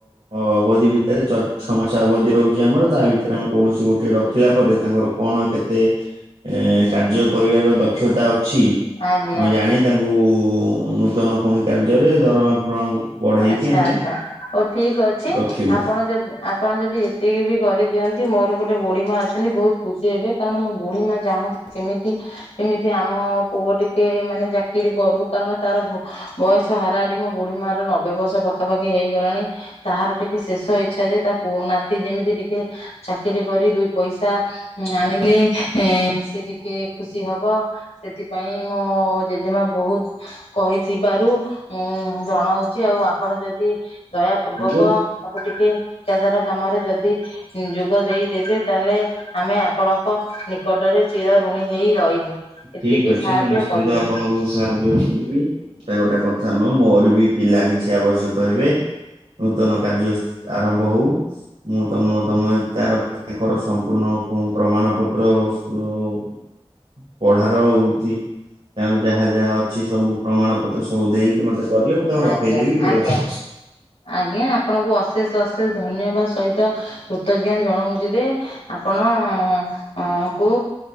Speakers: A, on the right (about 85°); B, on the left (about 80°).
A: ଅବଧି ଭି ତରେ ଛଅ ମାସ ଅବଧି ରହୁଛି ଆମର ତା ଭିତରେ ଆମେ କୌଣସି ଗୋଟଏ ରଖିଲା ପରେ ତାଙ୍କର କଣ କେତେ? ଏ କାର୍ଯ୍ୟ କରିବାର ଦକ୍ଷତା ଅଛି
B: ଆଜ୍ଞା
A: ମୁଁ ଜାଣି ତାଙ୍କୁ ନୂତନ ପୁଣି କାର୍ଯ୍ୟରେ ଦରମା ଫରମା ବଢେଇକି
B: ଆଚ୍ଛା
A: ଆମେ
B: ଆଚ୍ଛା ହଉ ଠିକ୍ ଅଛି
A: ରଖିବୁ
B: ଆପଣ ଯଦି ଆପଣ ଯଦି ଏତିକି ବି କରିଦିଅନ୍ତି ମୋର ଗୋଟେ ବୁଢ଼ୀ ମା ଅଛନ୍ତି ବୋହୁତ୍ ଖୁସି ହେବେ କାରଣ ମୋ ବୁଢ଼ୀ ମା ଚାହୁଁ ସେମିତି ଏମିତି ଆମ ପୁଅ ଟିକେ ମାନେ ଚାକିରି କରୁ କାରଣ ତାର ବୟସ ହାରାହାରି ମୋ ବୁଢ଼ୀ ମା ର ନ ବେବସ ପାଖାପାଖି ହେଇଗଲାଣି ତାହାର ଟିକେ ଶେଷ ଇଚ୍ଛା ଯେ ତା ପୁଅ ନାତି ଯେମିତି ଟିକେ ଚାକିରି କରି ଦୁଇ ପଇସା ଆଣିଲେ ସେ ଟିକେ ଖୁସି ହବ। ସେଥିପାଇଁ ମୋ ଜେଜେମା ବୋହୁତ୍ କହିଥିବାରୁ ଉଁ ଜଣଉ ଆଉ ଆପଣ ଯଦି ଦୟା ପୂର୍ବକ
A: କିନ୍ତୁ
B: ତାକୁ ଟିକେ ଠିକାଦାର କାମରେ ଯଦି। ଯୋଗ ଦେଇଦବେ ତାହେଲେ। ଆମେ ଆପଣଙ୍କ ନିକଟରେ ଚିର ଋଣୀ ହେଇ ରହିବୁ। ଏତିକି
A: ଠିକ୍ ଅଛି
B: ସାହାଯ୍ୟ
A: ମୁଁ ନିଶ୍ଚିନ୍ତ
B: କରିବେ
A: ଆପଣଙ୍କୁ ସାହାଯ୍ୟ କରିବି। ଏଟା ଗୋଟେ କଥା ନୁହଁ, ମୋର ବି ପିଲା କିଛି ଆବଶ୍ୟକ ହେବେ। ନୂତନ କାର୍ଯ୍ୟ ଆରମ୍ଭ ହୋଉ। ମୁଁ ତମ ତମ ଚାର ତାଙ୍କର ସମ୍ପୂର୍ଣ୍ଣ ପ୍ରମାଣ ପତ୍ର ଅ ପଢାର ହୋଉଛି, ତାଙ୍କର ଯାହା ଯାହା ଅଛି ସବୁ ପ୍ରମାଣ ପତ୍ର ସବୁ ଦେଇକି ମତେ। କଲେ ମୁଁ ତାଙ୍କୁ ରଖେଇଦେବି
B: ଆଜ୍ଞା
A: ବ୍ୟବସ
B: ଆଜ୍ଞା। ଆଜ୍ଞା ଆପଣଙ୍କୁ ଅଶେଷ ଅଶେଷ ଧନ୍ୟବାଦ ସହିତ କୃତଜ୍ଞା ଜଣାଉଛି ଦେ ଆପଣ ଅ- ଅଁ ଅ କୁ